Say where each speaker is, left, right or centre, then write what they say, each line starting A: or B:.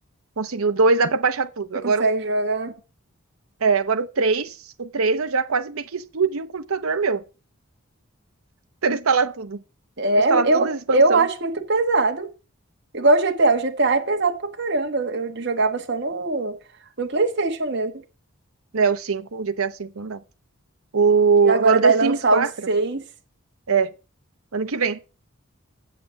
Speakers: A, on the right; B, on the right.
A: consegui. O 2 dá pra baixar tudo.
B: Você
A: Agora,
B: consegue
A: o-
B: jogar?
A: é, agora o 3, O 3 eu já quase bem que explodi um computador meu. <laughs> Pra instalar tudo.
B: É,
A: Vou instalar
B: eu,
A: todas as expansões.
B: eu acho muito pesado. Igual o GTA. O GTA é pesado pra caramba. Eu, eu jogava só no, no PlayStation mesmo.
A: Né, o 5, o GTA V não dá. O,
B: E agora
A: agora o
B: vai
A: The Sims
B: lançar
A: 4.
B: o seis
A: É, ano que vem.